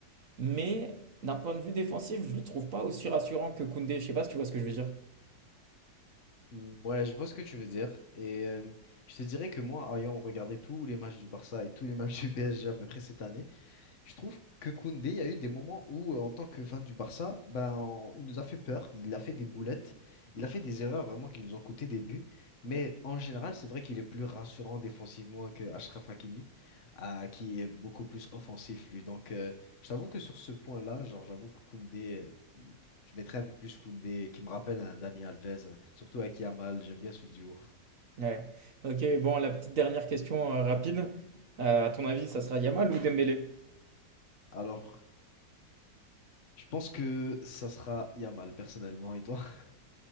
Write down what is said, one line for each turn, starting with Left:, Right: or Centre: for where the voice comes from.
Right: Mais d'un point de vue défensif, je ne le trouve pas aussi rassurant que Koundé. Je sais pas si tu vois ce que je veux dire.
Left: Mm, Ouais, je vois ce que tu veux dire. Et euh, je te dirais que moi, ayant regardé tous les matchs du Barça et tous les matchs du PSG à peu près cette année, Je trouve que Koundé, il y a eu des moments où, euh, en tant que fan du Barça, ben, on- il nous a fait peur, il a fait des boulettes, il a fait des erreurs vraiment qui nous ont coûté des buts. Mais en général, c'est vrai qu'il est plus rassurant défensivement que Achraf Hakimi, ah, qui est beaucoup plus offensif, lui. Donc, euh, je t'avoue que sur ce point-là, genre, j'avoue que Koundé, euh, je mettrais un peu plus Koundé, qui me rappelle un Dani Alves, euh, surtout avec Yamal, j'aime bien ce duo.
Right: Ouais. Ok, bon, la petite dernière question euh, rapide. Euh, à ton avis, ça sera Yamal ou Dembélé?
Left: Alors, je pense que ça sera Yamal, personnellement, et toi? <laughs>